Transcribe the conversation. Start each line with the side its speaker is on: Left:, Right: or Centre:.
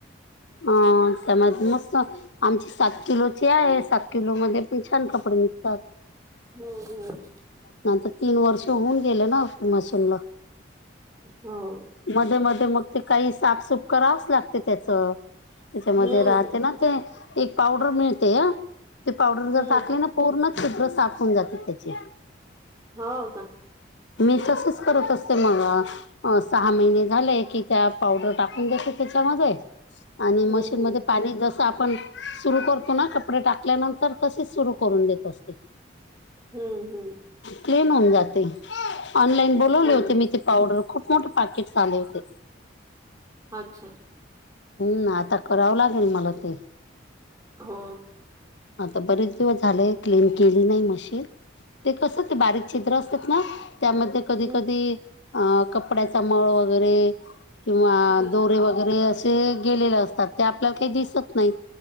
Left: हा त्यामध्ये नसतात. आमची सात किलोची आहे. सात किलोमध्ये पण छान कपडे निघतात.
Right: हम्म, हम्म.
Left: नाही आता तीन वर्ष होऊन गेले ना मशीनला.
Right: हो.
Left: मध्ये मध्ये मग ते काही साफसूफ करावंच लागते त्याच. त्याच्यामध्ये
Right: हम्म
Left: राहते ना ते, एक पावडर मिळते हं ते पावडर जर
Right: हम्म
Left: टाकली ना पूर्ण चित्र साफ होऊन जाते त्याचे.
Right: होव का?
Left: मी तसंच करत असते मग. अ सहा महिने झाले की काय पावडर टाकून देते त्याच्यामध्ये. आणि
Right: हम्म
Left: मशीनमध्ये
Right: हम्म
Left: पाणी जसं आपण सुरू करतो ना कपडे टाकल्यानंतर तसेच सुरू करून देत असते.
Right: हम्म, हम्म.
Left: क्लीन होऊन जाते. ऑनलाईन बोलावले
Right: हम्म
Left: होते मी ते पावडर खूप मोठे पॅकेटस आले होते.
Right: अच्छा.
Left: हम्म आता करावं लागन मला ते.
Right: हो
Left: आता बरेच दिवस झालय, क्लीन केली नाही मशीन. ते कसं ते बारीक छिद्र असतात ना, त्यामध्ये कधी
Right: हम्म
Left: कधी अं कपड्याचा मळ वगैरे किंवा
Right: हम्म
Left: दोरे वगैरे अस ते गेलेले असतात, ते आपल्याला काही दिसत नाही